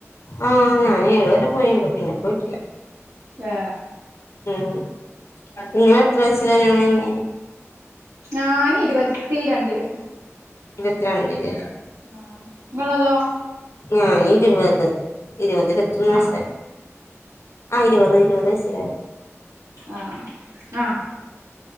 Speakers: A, on the left; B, on the right.
A: ആ ഞാൻ ഏഴുവരെ പോയണ്ട് പിന്നെ പോയിട്ടില്ല
B: എ
A: ഉം ഇങ്ങെ എത്ര വയസിലാകല്യാണം കയിഞ്ഞ
B: ഞാന് ഇരുപത്തിരണ്ടില്
A: ഇരുപത്തിരണ്ടല്ലല്ല
B: ആ ഇങ്ങളെതോ
A: ഞാന് ഇരുപത് ഇരുപത് ഇരുത്തൊന്ന് വയസ
B: ആ
A: ആ ഇരുപത് ഇരുപത് ലാണ്
B: ആ ആ